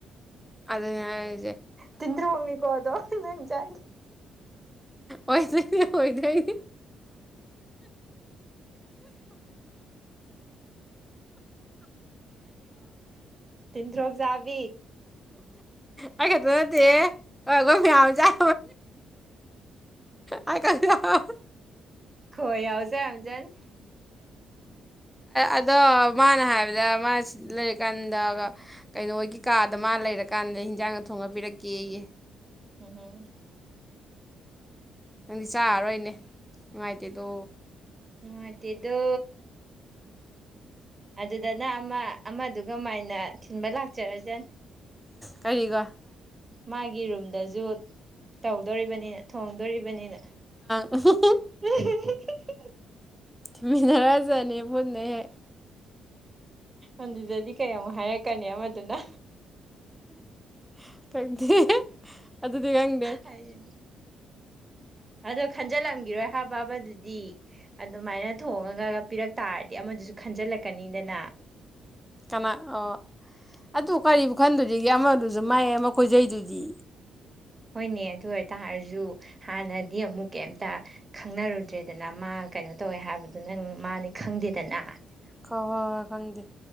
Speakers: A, in the centre; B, on the right.
A: ꯑꯗ ꯌꯥ
B: ꯇꯤꯟ꯭ꯔ ꯍꯒꯅꯤ ꯀꯣꯋꯥꯗꯣ ꯅꯪ ꯆꯥꯏꯣ
A: ꯑꯣꯏꯁ ꯑꯣꯏꯣꯏꯗꯏ
B: ꯇꯤꯟꯗ꯭ꯔꯣꯛ ꯆꯥꯕꯤ
A: ꯑꯩ ꯈꯦꯇ ꯅꯠꯇꯦꯈ ꯃꯖ ꯑꯩ ꯈꯛꯇ
B: ꯈꯣꯏ ꯑꯎꯖ ꯑꯖꯟ
A: ꯑꯗꯣ ꯃꯥꯅ ꯍꯥꯏꯕꯗ ꯃꯥꯁꯤ ꯂꯩꯔꯀꯥꯟꯗ ꯀꯩꯅꯣꯒꯤ ꯀꯥꯗ ꯃꯥꯅ ꯂꯩꯔꯀꯥꯟꯗ ꯍꯤꯟꯖꯥꯡꯒ ꯊꯣꯡꯉ ꯄꯤꯔꯛꯀꯦꯌꯦ
B: ꯎꯝ
A: ꯅꯪꯗꯤ ꯆꯥꯔꯔꯣꯏꯅꯦ ꯅꯨꯡꯉꯥꯏꯇꯦꯗꯣ
B: ꯃꯅꯨꯡꯥꯏꯇꯗꯣ ꯑꯗꯨꯗꯅ ꯑꯃ ꯑꯃꯗꯨꯒ ꯃꯥꯏꯅ ꯊꯤꯟꯕ ꯂꯥꯛꯆꯔꯁꯅꯤ
A: ꯀꯔꯤꯒ
B: ꯃꯥꯒꯤ ꯔꯨꯝꯗꯁꯨ ꯇꯧꯗꯣꯔꯤꯕꯅꯤꯅ ꯊ ꯗꯣꯔꯤꯕꯅꯤꯅ
A: ꯎ <unintelligible>
B: <unintelligible>
A: ꯊꯤꯃꯤꯟꯅꯔꯖꯅꯤ ꯄꯨꯟꯅ ꯍꯦꯛ
B: ꯑꯗꯨꯗꯗꯤ ꯀꯩꯃꯨꯛ ꯍꯥꯏꯔꯛꯀꯅꯤ ꯑꯃꯗꯨꯅ
A: <unintelligible> ꯈꯪꯗꯦ ꯑꯗꯨꯗꯤ ꯈꯪꯗꯦ
B: ꯑꯩ ꯑꯗꯣ ꯈꯟꯖꯤꯜꯂꯝꯈꯤꯔꯣꯏ ꯍꯥꯕꯗꯨꯗꯤ ꯑꯗꯨꯃꯥꯏꯅ ꯊꯣꯡꯉꯒꯒ ꯄꯤꯔꯛ ꯇꯥꯔꯗꯤ ꯑꯃꯗꯨꯁꯨ ꯈꯟꯖꯤꯜꯂꯛꯀꯅꯤꯗꯅ
A: ꯀꯅꯥ ꯑꯣ ꯑꯗꯨ ꯀꯔꯤꯕꯨ ꯈꯟꯗꯨꯔꯤꯒꯦ ꯑꯃ ꯑ ꯃꯥꯏꯌꯦ ꯑꯃꯥ ꯈꯣꯏꯖꯩꯗꯨꯗꯤ
B: ꯍꯣꯏꯅꯦ ꯑꯗꯨ ꯑꯣꯏꯇꯥꯔꯁꯨ ꯍꯥꯟꯅꯗꯤ ꯑꯃꯨꯛ ꯀꯩꯝꯇ ꯈꯪꯅꯔꯨꯗ꯭ꯔꯦꯗꯅ ꯃꯥ ꯀꯩꯅꯣ ꯇꯧꯋꯦ ꯍꯥꯏꯕꯗꯨ ꯅꯪ ꯃꯥꯗꯤ ꯈꯪꯗꯦꯗꯅ
A: <unintelligible> ꯐꯪꯗꯦ